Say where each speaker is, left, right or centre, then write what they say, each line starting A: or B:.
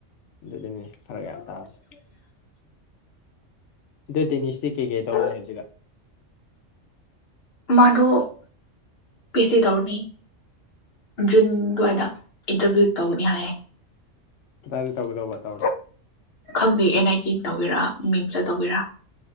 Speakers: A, on the left (about 70°); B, on the left (about 55°).
A: ꯑꯗꯨ ꯑꯗꯨꯅꯦ ꯐꯔꯦ ꯌꯥꯔ ꯇꯥꯔꯁꯤ ꯑꯗꯨ ꯗꯤꯅꯤꯁꯇꯤ ꯀꯩꯀꯩ ꯇꯧꯔꯦ ꯍꯧꯖꯤꯛꯒ
B: ꯃꯥꯗꯣ ꯄꯤ ꯑꯩꯆ ꯗꯤ ꯇꯧꯔꯅꯤ ꯖꯨꯟ ꯑꯗꯨꯋꯥꯏꯗ ꯏꯟꯇꯔꯚꯤꯌꯨ ꯇꯧꯅꯤ ꯍꯥꯏꯌꯦ
A: ꯇꯥꯗꯦ ꯇꯧꯗꯇꯥ
B: ꯈꯪꯗꯦ ꯑꯦꯟ ꯑꯥꯏ ꯇꯤ ꯇꯧꯒꯤꯔꯥ ꯃꯤꯦꯝꯁꯇ ꯇꯧꯕꯒꯤꯔꯥ